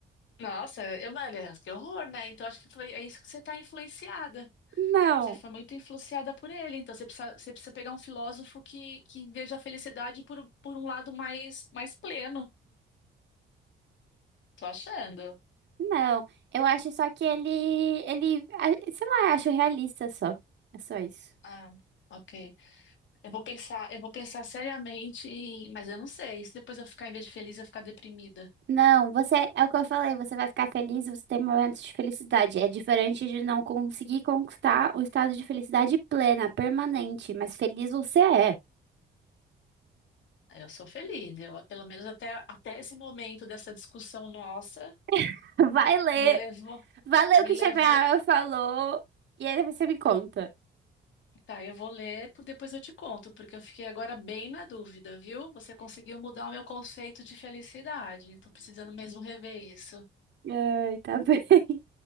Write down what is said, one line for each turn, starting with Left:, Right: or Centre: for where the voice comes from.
Left: Nossa, eu, mano, que horror, né? Então, acho que foi, é isso que você tá influenciada.
Right: Não,
Left: Você foi muito influenciada por ele. Então, você precisa, você precisa pegar um filósofo que, que veja a felicidade por, por um lado mais, mais pleno. Tô achando.
Right: não. Eu acho só que ele. Ele. a- Sei lá, eu acho realista só. É só isso.
Left: Ah, ok. Eu vou pensar, eu vou pensar seriamente, em- mas eu não sei. E Se depois eu ficar, em vez de feliz, eu ficar deprimida.
Right: Não, você, é o que eu falei, você vai ficar feliz, você tem momentos de felicidade. É diferente de não conseguir conquistar o estado de felicidade plena, permanente, mas feliz você é.
Left: Eu sou feliz. Eu, pelo menos até, até esse momento dessa discussão nossa,
Right: <laughs> Vai ler,
Left: me levou.
Right: vai ler
Left: Me
Right: o que
Left: levou.
Right: Schopenhauer falou e aí depois você me conta.
Left: Tá, eu vou ler, po- depois eu te conto, porque eu fiquei agora bem na dúvida, viu? Você conseguiu mudar o meu conceito de felicidade. Tô precisando mesmo rever isso.
Right: Ai, tá <laughs> bem.